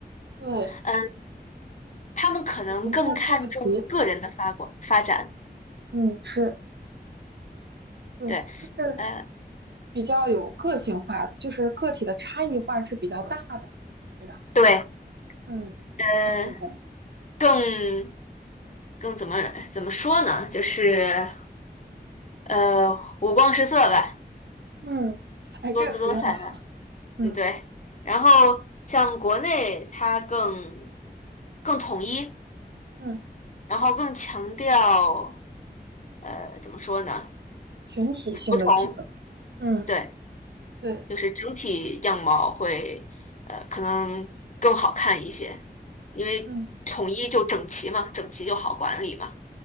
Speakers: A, on the right (about 85°); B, on the left (about 45°).
A: 对，
B: 嗯，他们可能更看重个人的发光发展，
A: 零参差不齐，嗯，是，对，
B: 对，
A: 就是
B: 呃，
A: 比较有个性化，就是个体的差异化是比较大的，对吧？
B: 对，
A: 嗯，
B: 呃，
A: 我赞同。
B: 更更怎么怎么说呢？就是呃，五光十色吧，
A: 嗯，哎，
B: 多姿多彩的，
A: 这个词用的好。嗯
B: 嗯，对。然后像国内，它更更统一，
A: 嗯，
B: 然后更强调呃，怎么说呢？
A: 群体性的提高。
B: 服从。
A: 嗯，
B: 对，
A: 对，
B: 就是整体样貌会呃可能更好看一些，因为统一就整齐嘛，
A: 嗯，
B: 整齐就好管理嘛。